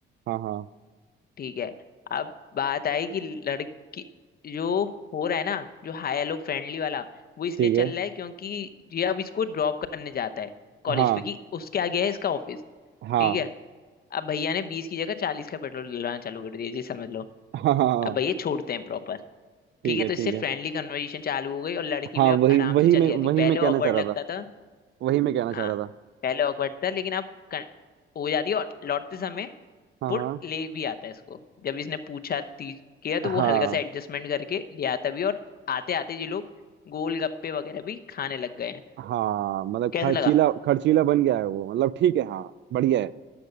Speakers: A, on the right (about 65°); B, on the left (about 50°).
A: हाँ हाँ
B: ठीक है अब बात आई कि लड़की जो हो रहा है ना जो हाई हेलो फ्रेंडली वाला वो इसलिए
A: ठीक
B: चल
A: है
B: रहा है क्योंकि ये अब इसको ड्रॉप करने जाता है कॉलेज
A: हाँ
B: क्योंकि उसके आगे है इसका ऑफिस
A: हाँ
B: ठीक है अब भैया ने बीस की जगह चालीस का पेट्रोल डलवाना चालू कर दिया जी समझ लो
A: हाँ हाँ हाँ,
B: अब भैया छोड़ते हैं प्रॉपर
A: ठीक
B: ठीक है
A: है
B: तो इससे
A: ठीक
B: फ्रेंडली
A: है
B: कन्वर्सेशन चालू हो गई और लड़की
A: हाँ
B: भी अब
A: वही
B: आराम
A: वही
B: से चली
A: मैं
B: जाती
A: वही
B: है पहले
A: मैं कहना
B: ऑकवर्ड
A: चाह रहा
B: लगता
A: था
B: था
A: वही मैं कहना
B: हाँ
A: चाह रहा था
B: पहले ऑकवर्ड था लेकिन अब कन- हो जाती है और लौटते समय
A: हाँ
B: वो
A: हाँ
B: ले भी आता है इसको जब इसने पूछा ती- किया तो वो
A: हाँ
B: हल्का सा एडजस्टमेंट करके ले आता भी है और आते आते ये लोग गोलगप्पे वगैरह भी खाने लग गए हैं
A: हाँ मतलब
B: कैसा
A: खर्चीला
B: लगा
A: खर्चीला बन गया है वो मतलब ठीक है हाँ बढ़िया है